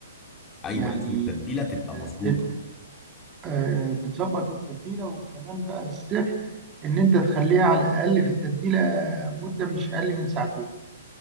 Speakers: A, on the left; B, on the right.
A: ايوه
B: يعني
A: لازم التتبيله تبقى مظبوطه
B: آه، آه، بتظبط التتبيلة وكمان بقى السر إن أنت تخليها على الأقل في التتبيلة مدة مش أقل من ساعتين